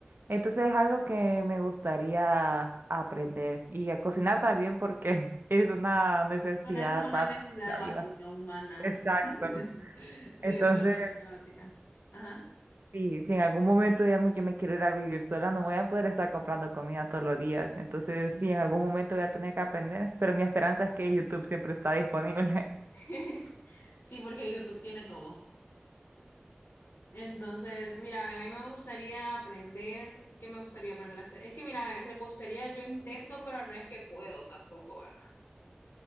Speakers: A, on the right; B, on the left.
A: Entonces es algo que me gustaría aprender y a cocinar también porque <laughs> es una necesidad
B: Bueno, esa es una
A: básica
B: necesidad
A: de la
B: básica
A: vida.
B: humana.
A: Exacto.
B: <laughs> Sí, esa
A: Entonces,
B: es una necesidad básica. Ajá.
A: si, si en algún momento, digamos, yo me quiero ir a vivir sola, no voy a poder estar comprando comida todos los días. Entonces, sí, en algún momento voy a tener que aprender, pero mi esperanza es que YouTube siempre está disponible. <laughs>
B: <laughs> Sí, porque YouTube tiene todo. Entonces, mira, a mí me gustaría aprender, ¿qué me gustaría aprender a hacer? Es que, mira, repostería yo intento, pero no es que puedo tampoco, ¿verdad?